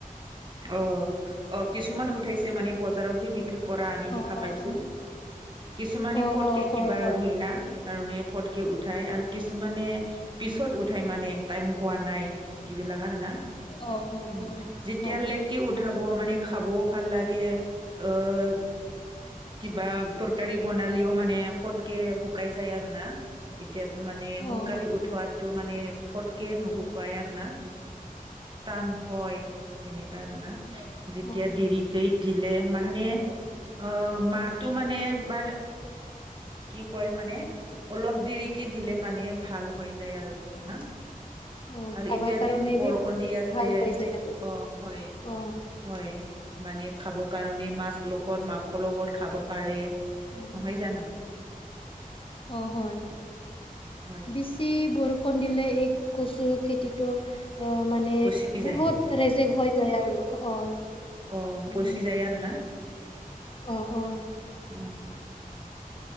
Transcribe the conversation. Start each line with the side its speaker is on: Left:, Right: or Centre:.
Right: অ', অ', কিছুমান উঠাইছে মানে বজাৰত বিক্ৰীৰ কৰা আমি
Left: অ
Right: দেখা পাইছোঁ।
Left: অ অ
Right: কিছুমানে
Left: অ
Right: ফতকে
Left: অ হয়
Right: কিবা
Left: হয়
Right: ৰুই না কাৰণে ফটকে উঠাই আৰু কিছুমানে পিছত উঠাই মানে টাইম হোৱা নাই। এইবিলাক আৰু না
Left: অ অ অ
Right: উম, যেতিয়া
Left: হয়
Right: লেত উঠাব মানে খাবও ভাল লাগে অ'। কিবা তৰকাৰী বনালেও মানে ফটকে শুকাই যায় আৰু না। এতিয়াতো মানে
Left: অ
Right: সোনকালে
Left: হয়
Right: উঠোৱাটো মানে ফটকে নুসুকো ৱাই আৰু না, টান হয়, এনেকা আৰু না যেতিয়া
Left: অ
Right: দিন <unintelligible> দিলে মানে অ', মাহতো মানে এবাৰ কি কয় মানে অলপ দেৰি কে দিলে মানে ভাল হৈ যায় আৰু না।
Left: অ
Right: আৰু
Left: খাবাৰ
Right: এতিয়া
Left: কাৰণে
Right: দি বৰষুণ
Left: বি
Right: দি আছে
Left: ভাল হৈ
Right: অ',
Left: যায় আৰু
Right: হয়।
Left: অ
Right: হয়, মানে খাব কাৰণে মাছ লগত মাংসৰ লগত খাব পাৰে।
Left: অ
Right: নহয় জানোঁ?
Left: অ', হয়
Right: হয়
Left: বেছি বৰ ষুণ দিলে এই কচু খেতিটো মানে
Right: পচি যায়
Left: বহুত ৰেজেক হৈ যায় আৰু অ'।
Right: অ',
Left: উম
Right: পচি যায় আৰু না।
Left: অ', অ'।
Right: অ'।